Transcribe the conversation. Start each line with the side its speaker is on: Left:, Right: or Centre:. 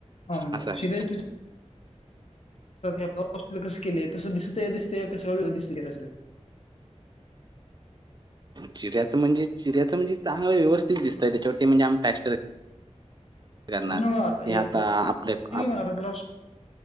Left: हा <unintelligible>
Right: असं आहे
Left: आप कस केलं तस दिसत दिस ते कसं दिसतयं चिऱ्यातलं?
Right: चिऱ्याचं म्हणजे चिऱ्याच म्हणजे चांगल व्यवस्थित दिसत त्याच्यावरती म्हणजे आम टॅस्टर करणार
Left: तसं नव्हं आता हे आपलं
Right: आपल्या
Left: ते
Right: आप
Left: म्हणत आपला अ